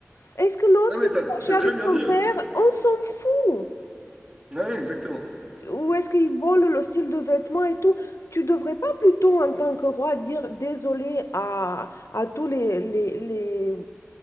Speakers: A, on the left; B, on the right.
A: Est-ce que l'autre,
B: Ah, mais t'as-
A: il est fâché
B: c'est
A: avec
B: très bien
A: son
B: dit,
A: père?
B: hein.
A: On s'en fout.
B: Ouais, exactement.
A: Ou est-ce qu'ils volent le style de vêtements et tout? Tu devrais pas plutôt, en tant que roi, dire désolé à, à tous les, les, les-